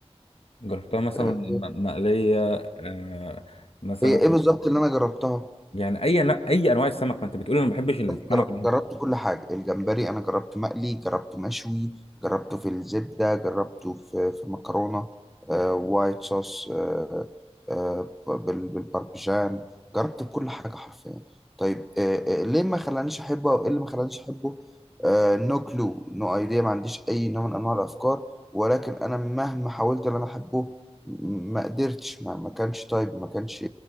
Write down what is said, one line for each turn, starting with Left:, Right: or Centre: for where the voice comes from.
Left: جربتها مثلا
Centre: آه
Left: م- مقلية آه مثلا
Centre: هي ايه بالظبط اللي انا جربتها
Left: يعني أي ن- أي أنواع السمك ما أنت بتقول أنا ما بحبش السمك
Centre: جر- جربت كل حاجة الجمبري أنا جربته مقلي جربته مشوي جربته في الزبدة جربته في في مكرونة آه، وايت صوص آه، آه، بال- بالباربيجان جربت كل حاجة حرفيا طيب آه، آه، ليه ما خلانيش أحبه أو إيه اللي ما خلانيش أحبه نو كلو نو أيديا ما عنديش أي نوع من أنواع الأفكار ولكن أنا مهما حاولت إن أنا أحبه م- ما قدرتش ما ما كانش طيب ما كانش